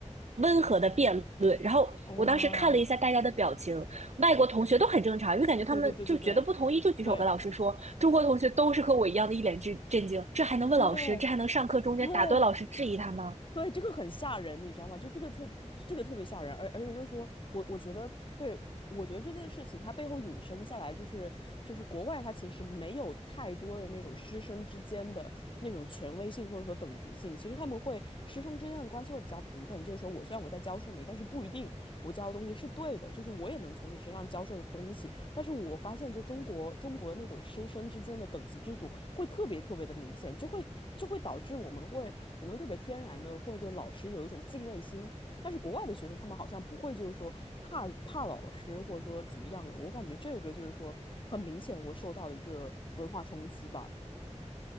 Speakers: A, on the right (about 65°); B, on the left (about 45°).
A: 温和的辩论。然后我当时看了一下大家的表情，
B: 哇，
A: 外国同学都很正常，因为感觉他们就觉得不同意就举手跟老师说，
B: 对对对对对对
A: 中国同学都是和我一样的一脸震震惊，这还能问老师？
B: 对
A: 这还能上课中间打断老师质疑他吗？
B: 对对，这个很吓人，你知道吗？就这个特这个特别吓人，而而且就是说我我觉得，对，我觉得这件事情它背后引申下来就是就是国外它其实没有太多的那种师生之间的那种权威性或者说等级性，其实他们会师生之间的关系会比较平等，就是说我虽然我在教授你，但是不一定。我教的东西是对的，就是我也能从你身上教授的东西。但是我发现，就中国中国那种师生之间的等级制度会特别特别的明显，就会就会导致我们会我们特别天然的会对老师有一种敬畏心。但是国外的学生他们好像不会，就是说怕怕老师或者说怎么样了。我感觉这个就是说很明显，我受到了一个文化冲击吧。